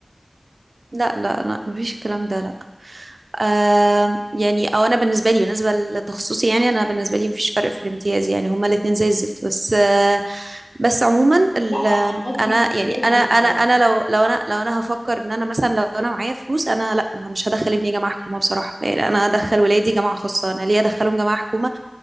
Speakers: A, on the right (about 70°); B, on the left (about 50°).
A: لا لا لا مفيش الكلام ده لا آم يعني او انا بالنسبه لي بالنسبه لتخصصي يعني انا بالنسبه لي مفيش فرق في الامتياز يعني هما الاتنين زي الزفت بس آه بس عموما ال-
B: لا مش قصدي
A: انا
B: الامتياز
A: يعني انا
B: ال-
A: انا انا لو لو انا لو انا هفكر ان انا مثلا لو انا معايا فلوس انا لا انا مش هدخل ابني جامعه حكومه بصراحه يعني انا هدخل ولادي جامعه خاصه انا ليه ادخلهم جامعه حكومه